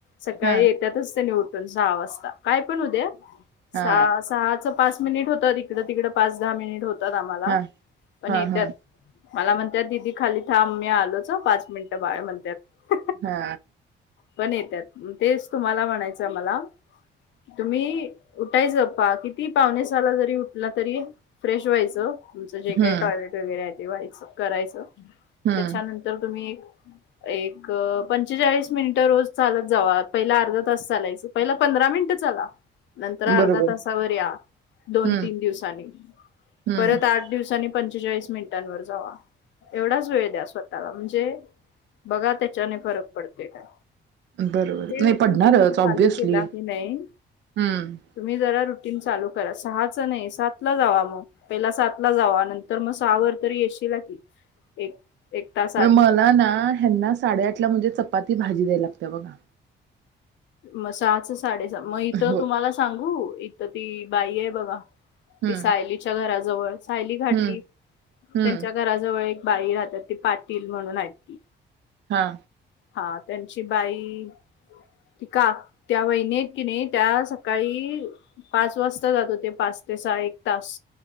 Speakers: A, on the left (about 80°); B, on the right (about 75°).
A: सकाळी
B: हा
A: येत्यातच त्यांनी उ पण सहा वाजता काय पण होऊ द्या.
B: हा
A: सहा सहाच पाच मिनिट होत इकडं तिकडं पाच दहा मिनिट होत.... तर आम्हाला
B: हा
A: पण
B: हा
A: येत्यात
B: हा
A: मला म्हणत्यात दिदी.. खाली थांब मी आलोच पाच मिनिटं बाळ म्हणत्यात......
B: हा
A: पण येत्यात, तेच तुम्हाला म्हणायचं मला तुम्ही उठायचं, पा किती पावणेसहाला जरी उठला तरी फ्रेश व्हायचं. काय
B: हम्म
A: टॉयलेट वगैरे आली ते व्हायचं करायचं
B: हम्म
A: त्याच्यानंतर तुम्ही एक एक पंचेचाळीस मिनिट रोज चालत जावा पहिला अर्धा तास चालायचं पहिला पंधरा मिनिट चाला नंतर
B: बरोबर
A: अर्धा तासावर या दोन
B: हम्म
A: तीन दिवसांनी
B: हम्म
A: परत आठ दिवसांनी पंचेचाळीस मिनिटांवर जावा. एवढाच वेळ द्या स्वतःला म्हण जे बघा त्याच्याने फरक पडते काय.
B: बरोबर
A: ते
B: नाही
A: रूटीन
B: पडणारच
A: तुम्ही चालू
B: ऑब्विसली
A: केला की नाही
B: हम्म
A: तुम्ही जरा रू रूटीन चालू करा सहाच नाही सात ला जावा मग पहिला सात ला जावा नंत तर मग सहावर तरी येशीला की एक एक तास आधी
B: म मला ना हयांना साडे आठला म्हणजे चप चपाती भाजी द्यायला लाग ते बघा
A: म सहाच च साडेसहा मग इथं
B: हो
A: तुम्हाला सांगू इथ ती बाई आहे बघा
B: हम्म
A: ती सायलीच्या घराजवळ सायली घाटगी
B: हम्म हम्म
A: त्यांच्या घराजवळ एक बाई राहतात ते पाटील म्हणून आहेत की
B: हां
A: हां त्यांच ती बाई का त्या वहीनी आहेत कीनी त्या सकाळी पाच वाजता जात होते पाच ते सहा एक तास.